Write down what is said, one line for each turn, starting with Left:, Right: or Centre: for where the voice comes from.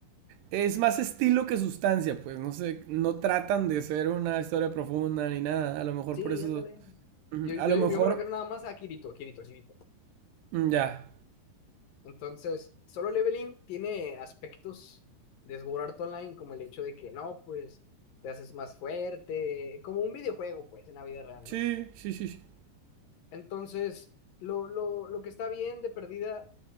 Right: Es más estilo que sustancia, pues, no sé, no tratan de ser una historia profunda ni nada, a lo mejor
Left: sí,
Right: por eso...
Left: ándale.
Right: ujú,
Left: Yo, yo,
Right: A lo mejor...
Left: yo me refiero nada más a Kirito, Kirito, Kirito.
Right: mm, Ya.
Left: Entonces, Solo Leveling tiene aspectos de Sword Art Online, como el hecho de que no, pues te haces más fuerte, como un videojuego, pues, en la vida real,
Right: Sí,
Left: ¿no?
Right: sí, sí, sí.
Left: Entonces, lo, lo, lo que está bien de perdida